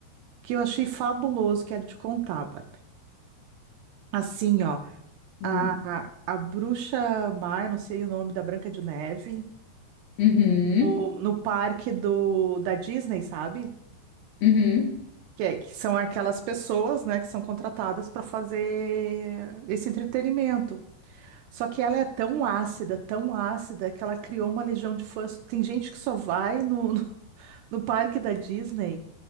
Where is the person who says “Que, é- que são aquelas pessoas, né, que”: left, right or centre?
Right